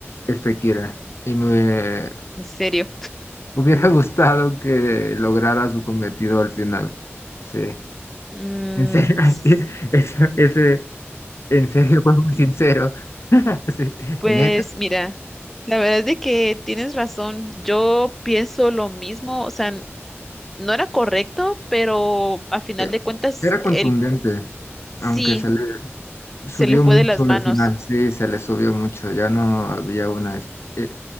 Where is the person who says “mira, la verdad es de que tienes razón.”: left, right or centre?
Centre